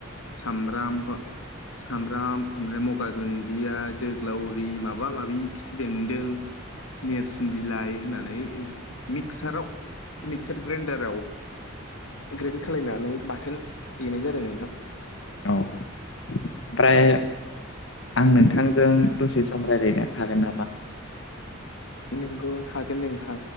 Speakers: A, on the left (about 85°); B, on the left (about 65°).
A: सामबाम सामब्राम ओमफ्राय मगा दुन्दिया, जोग्लावरि माबा माबा माबि खिफि बेन्दों नोरसिं बिलाइ होनानै मिक्साराव मिक्चार ग्राइन्डाराव ग्रेन्ड खालायनानै बाथोन देनाय जादों नोंथां।
B: औ ओमफ्राय आं नोंथांजों दसे सम रायलायनो हागोन नामा?
A: नोंगौ हागोन नोंथां